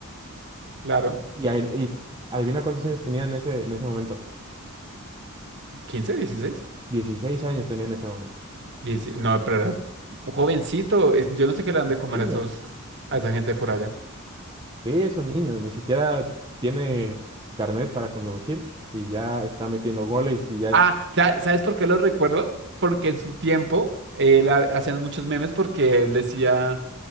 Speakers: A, on the right; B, on the right.
A: Claro,
B: Y, a él- y adivina cuántos años tenía en ese, en ese momento.
A: quince dieciséis
B: 16 años tenía en ese momento.
A: 17, no, pero era un jovencito, es- yo no sé qué le dan
B: Es
A: de comer
B: un niño.
A: a esos, a esa gente por allá.
B: Sí, es un niño. Ni siquiera tiene carnet para conducir y ya está metiendo goles y ya
A: Ah,
B: es...
A: ta- ¿sabes por qué lo recuerdo? Porque en su tiempo él ha- hacían muchos memes porque él decía,